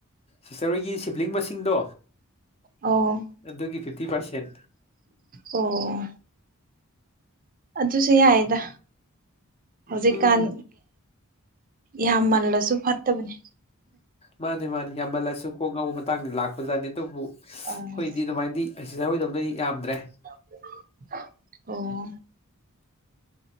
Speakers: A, on the left; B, on the right.
A: ꯁꯤꯁꯇꯔ ꯍꯣꯏꯒꯤ ꯁꯤꯕ꯭ꯂꯤꯡ ꯃꯁꯤꯡꯗꯣ
B: ꯑꯣ
A: ꯑꯗꯨꯒꯤ ꯐꯤꯐꯇꯤ ꯄꯥꯔꯁꯦꯟ
B: ꯑꯣ ꯑꯗꯨꯁꯨ ꯌꯥꯏꯗ ꯍꯧꯖꯤꯛꯀꯥꯟ
A: ꯎꯝ
B: ꯌꯥꯝꯃꯜꯂꯁꯨ ꯐꯠꯇꯕꯅꯤ
A: ꯃꯥꯅꯤ ꯃꯥꯅꯤ ꯌꯥꯝꯃꯜꯂꯁꯨ ꯀꯣꯛ ꯉꯧꯕ ꯃꯇꯥꯡꯗ ꯂꯥꯛꯄꯖꯥꯠꯅꯤ ꯑꯗꯨꯕꯨ ꯍꯈꯣꯏꯗꯤ
B: ꯑꯣ
A: ꯑꯗꯨꯃꯥꯏꯅꯗꯤ ꯑꯁꯤꯗ ꯑꯩꯔꯣꯏꯗꯧꯗꯤ ꯌꯥꯝꯗ꯭ꯔꯦ
B: ꯑꯣ